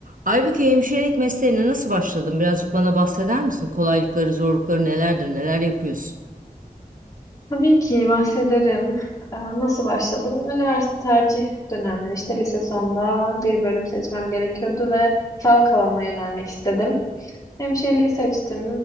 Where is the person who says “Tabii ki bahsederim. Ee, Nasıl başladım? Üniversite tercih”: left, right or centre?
Left